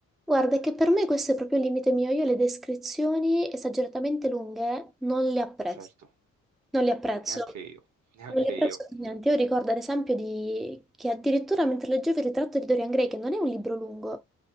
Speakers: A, in the centre; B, on the right.
A: Guarda, è che per me questo è proprio il limite mio. Io le descrizioni esageratamente lunghe non le apprezzo.
B: Certo,
A: Non le apprezzo.
B: neanche io, neanche
A: Non le apprezzo
B: io.
A: per niente. Io ricordo ad esempio di... che addirittura mentre leggevo il ritratto di Dorian Gray, che non è un libro lungo,